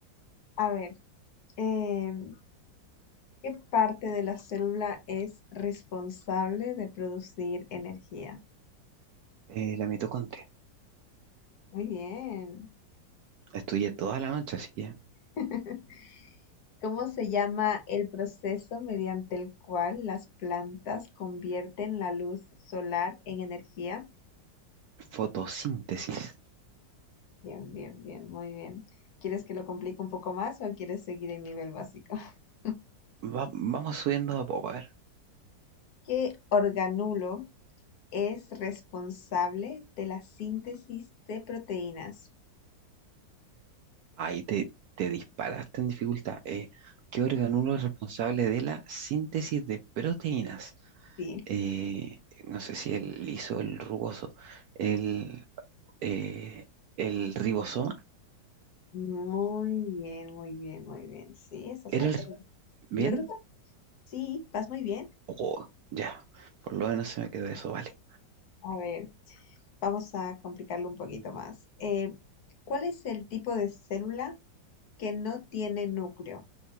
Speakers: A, on the left (about 65°); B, on the right (about 70°).
A: A ver, em, ¿qué parte de la célula es responsable de producir energía?
B: Eh, la mitocondria.
A: Muy bien.
B: Estudié toda la noche, así que
A: <laughs> ¿Cómo se llama el proceso mediante el cual las plantas convierten la luz solar en energía?
B: fotosíntesis.
A: Bien, bien, bien, muy bien. ¿Quieres que lo complique un poco más o quieres seguir el nivel básico? <laughs>
B: Va- vamos subiendo de a poco, a ver.
A: ¿Qué organulo es responsable de la síntesis de proteínas?
B: Ahí te, te disparaste en dificultad. Eh, ¿qué organulo es responsable de la síntesis de proteínas?
A: Sí,
B: Eh, no sé si el liso, el rugoso, el, eh, el ribosoma.
A: muy bien, muy bien, muy bien. Sí, estás
B: ¿Era
A: a-
B: el...
A: eh,
B: bien?
A: yo creo que sí, vas muy bien.
B: Oh, ya, por lo menos se me quedó eso, vale.
A: A ver, vamos a complicarlo un poquito más. Eh, ¿cuál es el tipo de célula que no tiene núcleo?